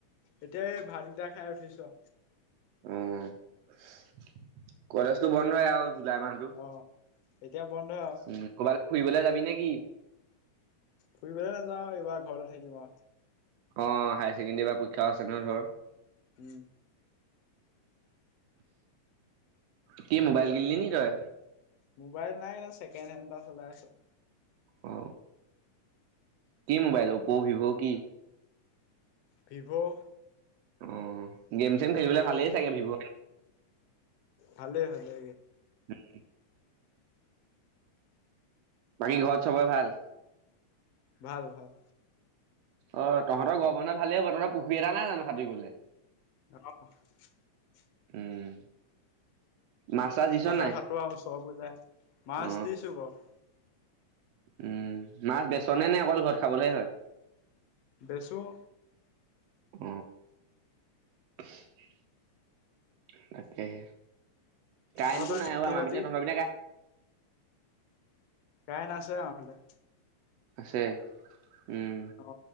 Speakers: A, on the left (about 70°); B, on the right (about 75°).
A: এতিয়া এই ভাতকেইটা খাই উঠিছোঁ।
B: উম কলেজটো বন্ধ আৰু জুলাই মাহটো।
A: অ এতিয়া বন্ধ আৰু
B: উম ক'ৰবালৈ ফুৰিবলৈ যাবি নেকি?
A: ফুৰিবোলে নাযাওঁ এইবাৰ ঘৰতে থাকিম আৰু,
B: অ অ হাইগ ছেকেণ্ডাৰীৰ বা পৰীক্ষাও আছে নহয় টো?
A: উম,
B: কি মোবাইল কিনিলি ন তই?
A: মোবাইল নাই ন ছেকেণ্ড হেণ্ড এটা চলাই আছোঁ।
B: অ কি? মোবাইল অপ' ভিভ' কি?
A: ভিভ',
B: অ গেম চেম খেলিবলৈ ভালেই চাগে ভিৱ?
A: ভালে ভালে।
B: আ <inaudible> বাকী ঘৰত ছবেই ভাল?
A: ভাল ভাল,
B: অ তহঁতৰ গৰ বন্ধ ভালেই হব তহঁতৰ পুখুৰী এটা নাই জানো সাটোৰিবলে?
A: আহ <inaudible>
B: উম, মাছ চাছ দিছ
A: তাতে
B: নাই?
A: খাটোৰা উচৰ পৰি যায় মাছ
B: অ
A: দিছোঁ বাৰু,
B: উম, মাছ বেচনে নে অকল ঘৰত খাবলে হয়?
A: বেছোঁ,
B: উ, তাকেহে, কাৰেণ্টটো
A: তহঁতৰ
B: নাই
A: খেতি
B: আৰু আমাৰ
A: বাতি
B: পিনে তহঁতৰ পিনে?
A: কাৰেং আশে আমাৰ ফালে।
B: আছে, উম,
A: অ